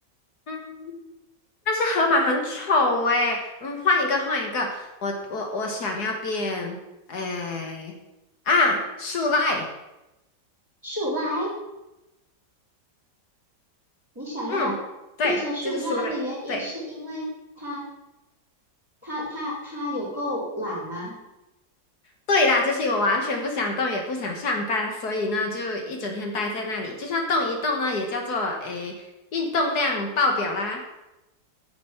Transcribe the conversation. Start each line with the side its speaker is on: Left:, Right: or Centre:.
Left: 嗯，但是河马很丑诶，嗯，换一个换一个，我我我想要变，诶，啊，树赖，
Right: 树懒，你想要变成树懒的原因是因为它
Left: 嗯，对，就是树赖了对。
Right: 它它它有够懒吗？
Left: 对啦，就是因为我完全不想动，也不想上班，所以呢，就一整天待在那里。就算动一动呢，也叫做诶运动量爆表啦。